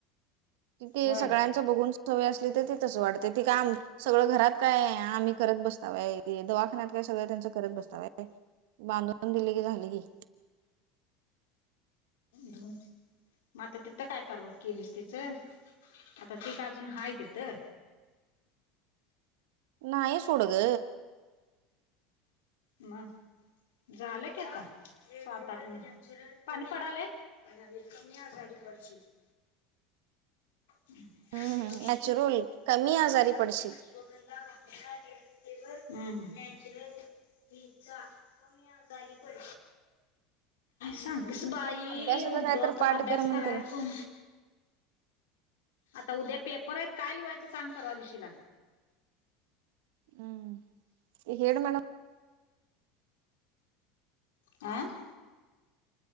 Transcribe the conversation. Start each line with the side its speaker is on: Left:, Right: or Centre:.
Right: तिथ
Left: वय
Right: सगळ्यांच बघून सवय असली, तर ते तसं वाटतय ते काय आम सगळं घरात काय आम्ही करत बसतावय, दवाखान्यात काय सगळं त्यांचं करत बसतावय. बांधून दिले की झाली की
Left: रुन <unintelligible> मग आता तिथं काय करून केलीस तिचं, आता त का अजून हाय तिथं?
Right: ना सोडग
Left: मग झालं की आता, सात आठ महिने पाणी पडालय? <unintelligible> <inaudible> तुळशी,
Right: हम्म नॅचरल कमी
Left: आल
Right: आजारी
Left: <unintelligible>
Right: पडशील
Left: नॅचरल चा कमी आजारी काय सांगतीस बाई,
Right: अभ्यासाचा
Left: म्हणतो
Right: काय
Left: आता,
Right: तर पाठ
Left: अभ्यास
Right: कर म्हण
Left: कराय
Right: त्याला
Left: कोण आता उद्या पेपर आहेत, काय लिवायचं सांग परवा दिशीला
Right: हम्म ते हेड मॅडम
Left: हम. आं